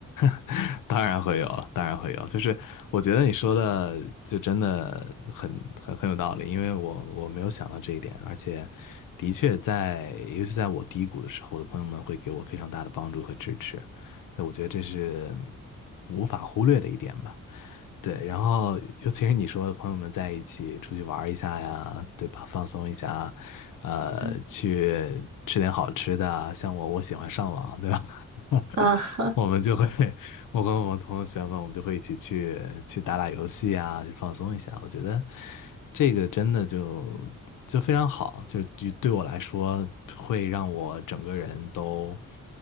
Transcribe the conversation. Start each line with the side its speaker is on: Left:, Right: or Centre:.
Left: <laughs> 当然会有了，当然会有。就是我觉得你说的就真的很很很有道理，因为我我没有想到这一点，而且的确在，尤其在我低谷的时候，我的朋友们会给我非常大的帮助和支持。对，我觉得这是无法忽略的一点吧。对，然后尤其是你说朋友们在一起出去玩一下呀，对吧？放松一下，呃，
Right: 嗯
Left: 去吃点好吃的啊像我，我喜欢上网，对吧？
Right: 啊，<laughs>
Left: <laughs> 我们就会，我和我们同学们，我们就会一起去去打打游戏啊，去放松一下。我觉得这个真的就就非常好，就就对我来说，会让我整个人都